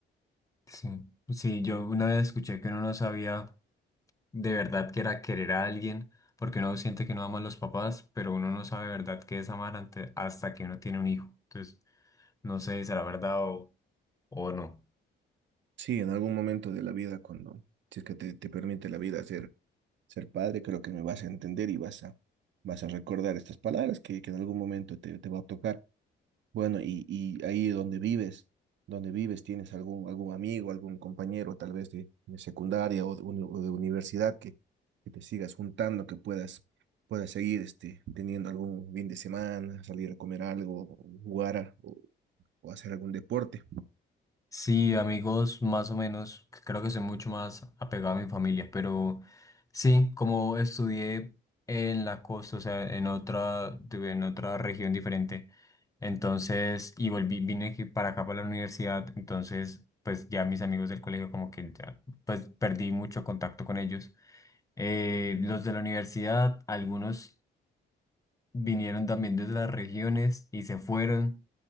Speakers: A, on the left; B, on the right.
A: Sí. Sí, yo una vez escuché que uno no sabía de verdad que era querer a alguien, porque uno siente que no ama a los papás, pero uno no sabe de verdad qué es amar ante- hasta que uno tiene un hijo. Entonces, no sé si será verdad o, o no.
B: Sí, en algún momento de la vida, cuando, si es que te, te permite la vida hacer ser padre, creo que me vas a entender y vas a, vas a recordar estas palabras que, que en algún momento te, te va a tocar. Bueno, y, y ahí donde vives, donde vives, tienes algún, algún amigo, algún compañero, tal vez de, de secundaria o de, uni- o de universidad que, que te sigas juntando, que puedas, puedas seguir este, teniendo algún fin de semana, salir a comer algo, o jugar a- o, o hacer algún deporte.
A: Sí, amigos, más o menos. Creo que soy mucho más apegado a mi familia, pero sí, como estudié en la costa, o sea, en otra, tuve en otra región diferente, entonces, y volví, vine aquí para acá para la universidad, entonces, pues ya mis amigos del colegio como que ya, pues perdí mucho contacto con ellos. Eh, los de la universidad, algunos vinieron también de otras regiones y se fueron.